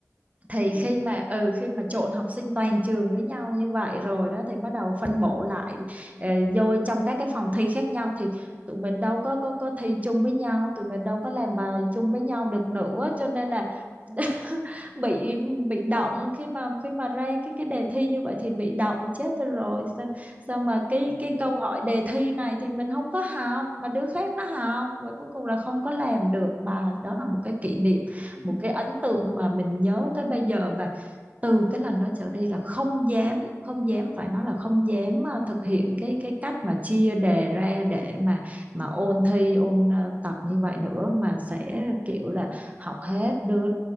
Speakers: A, on the right; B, on the left.
A: thì
B: ừ,
A: khi mà ừ khi mà trộn học sinh toàn trường với nhau như vậy rồi đó thì bắt đầu phân bổ lại ờ, vô trong các cái phòng thi khác nhau thì tụi mình đâu có có có thi chung với nhau tụi mình đâu có làm bài chung với nhau được nữa cho nên là <laughs> bị bị động khi mà khi mà ra cái cái đề thi như vậy thì bị động chết tôi rồi sao sao mà cái
B: ừ,
A: cái câu
B: ừ,
A: hỏi đề thi này thì mình không có học mà đứa khác nó học và cuối cùng là không có làm được bài đó là một cái kỷ niệm
B: ừ.
A: một cái ấn tượng mà mình nhớ tới bây giờ và từ cái lần đó trở đi là không dám không dám phải nói là không dám ờ, thực hiện cái cái cách mà chia đề ra để mà mà ôn thi ôn ờ, tập như vậy nữa mà sẽ kiểu
B: ừ,
A: là
B: ừ.
A: học hết đứa